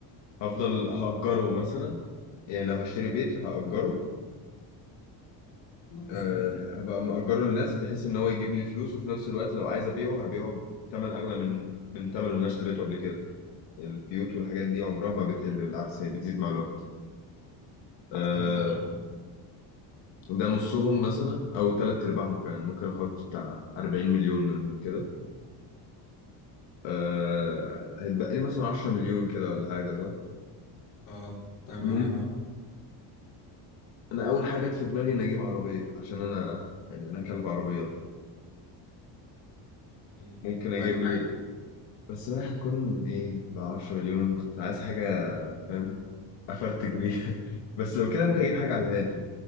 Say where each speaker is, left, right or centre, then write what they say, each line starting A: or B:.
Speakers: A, on the left; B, on the left.
A: هفضل هأجره مثلا يعني لو هشتري بيت هأجره
B: ماشي
A: أه... هبقى مأجره للناس بحيث ان هو يجيب لي فلوس وفي نفس الوقت لو عايز ابيعه هبيعه بثمن اغلى من من ثمن اللي انا اشتريته قبل كده يعني البيوت والحاجات دي عمرها ما بتقل بالعكس هي بتزيد مع الوقت أه...
B: فعلا دي حاجة
A: ده نصهم مثلا او ثلاث ارباعهم كمان ممكن احط بتاع 40 مليون منهم كده أه... هيتبقى لي مثلا 10 مليون كده ولا حاجة صح؟
B: اه تعمل
A: مم-
B: بيهم ايه بقى
A: انا اول حاجه جت في دماغي ان اجيب عربيه عشان انا يعني انا كلب عربيات
B: مم.
A: فممكن اجيب
B: حلوة دي
A: لي بس بقى هتكون ايه ب 10 مليون كنت عايز حاجه فاهم افرتك بيها <laughs> بس لو كده ممكن اجيب حاجه على الهادي